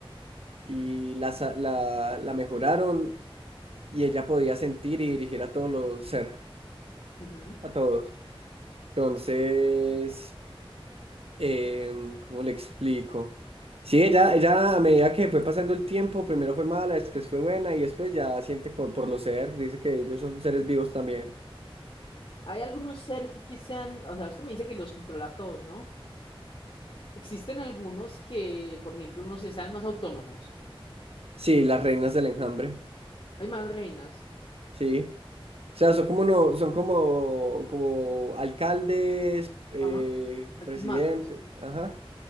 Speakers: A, on the right; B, on the left.
A: y la, sa- la, la mejoraron y ella podía sentir y dirigir a todos los Zerg,
B: Ujú, ujú.
A: a todos. Entonces... Eh, ¿cómo le explico? Sí, ella, ella a medida que fue pasando el tiempo, primero fue mala, después fue buena y después ya siente co- por los seres, dice que ellos son seres vivos también.
B: Hay algunos Zerg que sean, o sea, usted me dice que los controla a todos, ¿no? Existen algunos que, por ejemplo, no sé, sean más autónomos.
A: Sí, las reinas del enjambre,
B: Hay más reinas.
A: sí. O sea, son como, no, son como, como alcaldes, eh,
B: Ajá. Altos
A: presidentes,
B: mandos,
A: ajá,